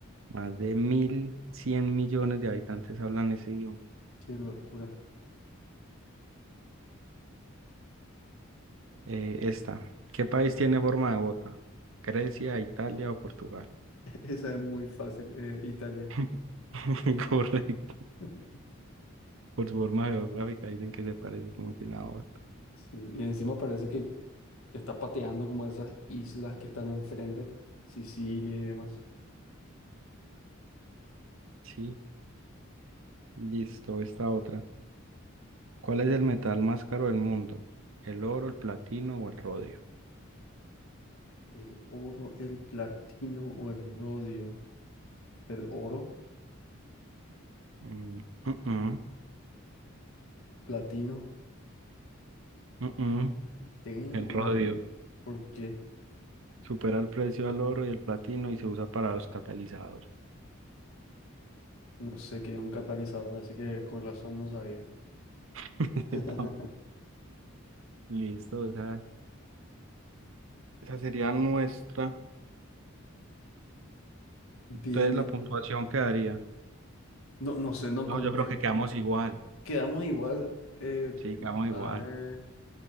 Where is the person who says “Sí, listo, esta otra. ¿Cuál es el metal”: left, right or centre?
Right